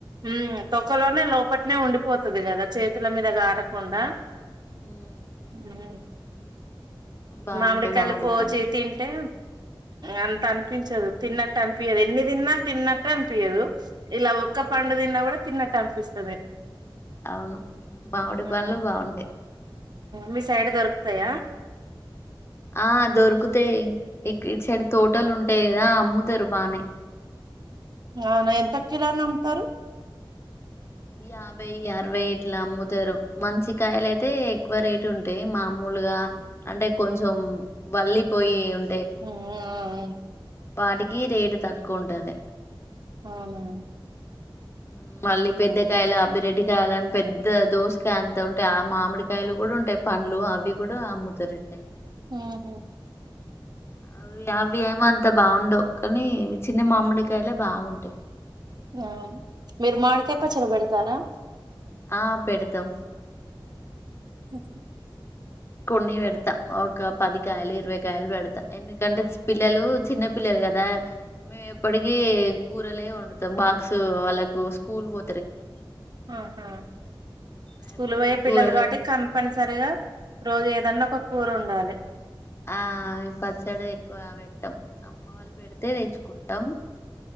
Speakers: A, on the right; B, on the left.
A: ఉ తొక్కలోనే లోపట్నే ఉండిపోతది కదా చేతుల మీద కారకుండా
B: మ్
A: ఉం
B: బాగుంటాయి
A: మామిడికాయలు
B: మామిడి
A: కోచి
B: పండ్లు
A: తింటే అంత అనిపించదు తిన్నట్ట అనిపియదు ఎన్ని తిన్నా తిన్నట్టే అనిపియదు ఇలా
B: అవును
A: ఒక్క పండు తిన్న కూడా తిన్నట్టు అనిపిస్తది
B: అవును మామిడి పండ్లు
A: ఉమ్
B: బాగుంటాయి
A: మీ సైడ్ దొరుకుతాయా
B: ఆ దొరుకుతాయి ఇక్ ఇటు సైడ్ తోటలు ఉంటాయి కదా అమ్ముతరు బానే
A: అవునా ఎంత కిలాని అమ్ముతారు
B: యాభై అరవై ఇట్లా అమ్ముతారు మంచికాయలు అయితే ఎక్కువ రేటు ఉంటాయి మామూలు ములుగ అంటే కొంచెం వల్లిపోయి ఉం
A: ఉన్నాయి
B: వాటికి రేటు తక్కువ ఉంటది
A: అవును
B: ఉ మళ్ళీ పెద్దకాయలు అబ్బిరెడ్డికాయలు అని పెద్ద దోశకాయ అంతా ఉంటయి ఆ మామిడికాయలు కూడా ఉంటాయి పం లు అవి కూడా అమ్ముతారు ఇటుసైడ్
A: ఉహు
B: అవి అవి ఏం అంత బాగుండవు కానీ చిన్న మామిడికాయలే బాగుంటాయి
A: అవును మీరు మామిడికాయ పచ్చడ బేడుతారా
B: ఆ పెడుతం
A: అ
B: కొన్ని వేడుత ఒక పదికాయలు ఇరవైకాయలు పెడుతా ఎందుకంటే పిల్లలు చిన్న పిల్లలు కదా మేము ఎప్పటికి కూరలే వండుతం బాక్స్ వాళ్ళకు స్కూల్ పో
A: ఆహా స్కూల్
B: ఎప్పటికి
A: పోయే పిల్లలు
B: కూరలే
A: కాబట్టి కంపనిసరిగా రోజు ఏదన్న ఒక కూర ఉండాలే
B: ఆ ఈ పచ్చడి ఎక్కువ పెట్టాం అమ్మ వాళ్ళు పెడితే తెచ్చుకుంటాం